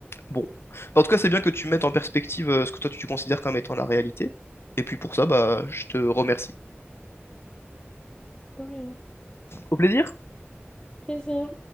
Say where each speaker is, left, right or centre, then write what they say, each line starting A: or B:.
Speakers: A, on the left (about 65°); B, on the left (about 20°).
A: Bon. Bah, en tout cas, c'est bien que tu mettes en perspective euh, ce que toi tu considères comme étant la réalité. Et puis pour ça, bah, je te remercie.
B: De rien.
A: Au plaisir.
B: Plaisir.